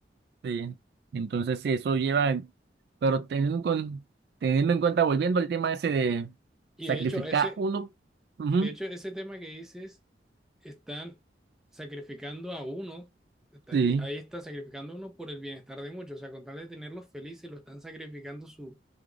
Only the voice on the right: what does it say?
Sí. Entonces, sí, eso lleva, pero teniendo, en con, teniendo en cuenta, volviendo al tema ese de
sacrificar
uno, ujú,
sí.